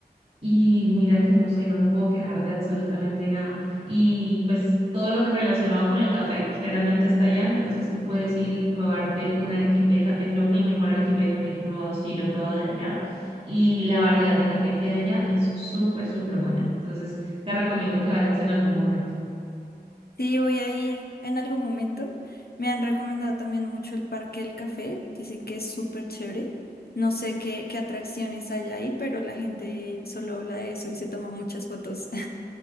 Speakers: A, on the right; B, on the left.
A: Y mira que no sé, no me puedo quejar de absolutamente nada. Y pues todo lo que relacionado con el café, claramente está allá. Entonces tú puedes ir y probarte un arequipe de café. Creo que el mejor arequipe de café que he probado, sí, lo he probado de allá. Y la variedad de café que hay allá es súper, súper buena. Entonces te recomiendo que vayas en algún momento.
B: Sí, voy a ir en algún momento. Me han recomendado también mucho el Parque del Café. Dicen que es súper chévere. No sé qué, qué atracciones hay ahí, pero la gente solo habla de eso y se toma muchas fotos.